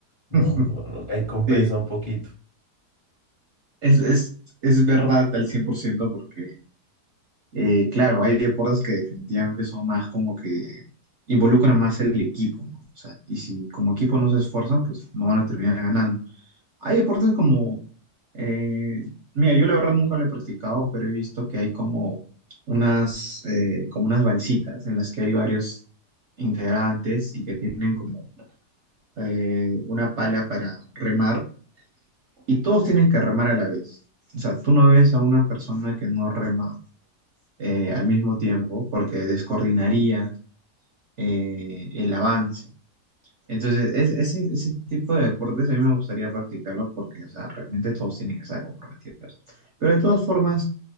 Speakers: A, on the left (about 25°); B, on the right (about 55°).
A: no,
B: <laughs>
A: no, no, ahí compensa
B: Sí,
A: un poquito.
B: es, es, es verdad al 100% porque Eh, claro, hay deportes que definitivamente son más como que involucran más el equipo, ¿no? O sea, y si como equipo no se esfuerzan, pues no van a terminar ganando. Hay deportes como, eh, mira, yo la verdad nunca lo he practicado, pero he visto que hay como unas, eh, como unas balsitas en las que hay varios integrantes y que tienen como eh, una pala para remar y todos tienen que remar a la vez. O sea, tú no ves a una persona que no rema eh, al mismo tiempo porque descoordinaría eh, el avance. Entonces, es- ese, ese tipo de deportes a mí me gustaría practicarlos porque, o sea, realmente todos tienen que estar comprometidos. Pero de todas formas,